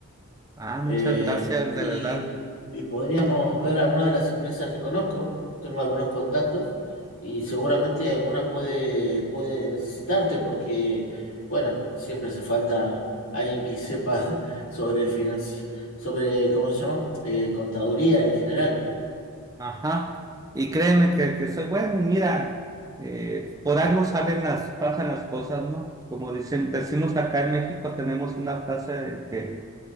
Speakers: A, on the right; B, on the left.
A: Ah,
B: Eh,
A: muchas gracias,
B: y,
A: de verdad.
B: y podríamos ver algunas de las empresas que conozco, tengo algunos contactos y seguramente alguna puede, puede necesitarte porque, bueno, siempre hace falta alguien que sepa <laughs> sobre financi- sobre, ¿cómo se llama? Eh, contaduría en general,
A: Ajá. Y créeme que, que soy bueno, mira, eh, por algo salen las, pasan las cosas, ¿no? Como dicen, decimos acá en México, tenemos una frase de que